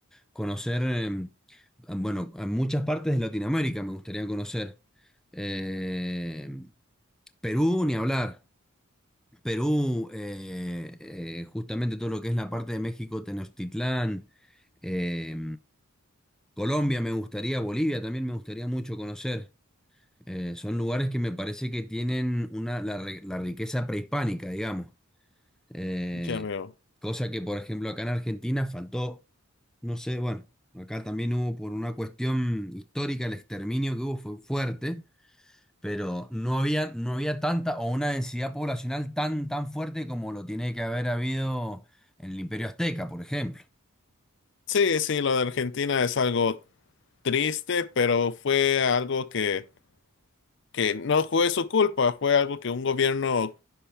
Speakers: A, in the centre; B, on the left (about 55°).
A: Conocer, eh, bueno, a muchas partes de Latinoamérica me gustaría conocer. Eh, Perú, ni hablar. Perú, eh, eh, justamente todo lo que es la parte de México, Tenochtitlán, eh, Colombia me gustaría, Bolivia también me gustaría mucho conocer. Eh, son lugares que me parece que tienen una, la, re- la riqueza prehispánica, digamos. Eh,
B: Ya veo.
A: cosa que, por ejemplo, acá en Argentina faltó, no sé, bueno, acá también hubo por una cuestión histórica el exterminio que hubo fue fuerte, pero no había, no había tanta o una densidad poblacional tan, tan fuerte como lo tiene que haber habido en el Imperio Azteca, por ejemplo.
B: Sí, sí, lo de Argentina es algo triste, pero fue algo que, que no fue su culpa, fue algo que un gobierno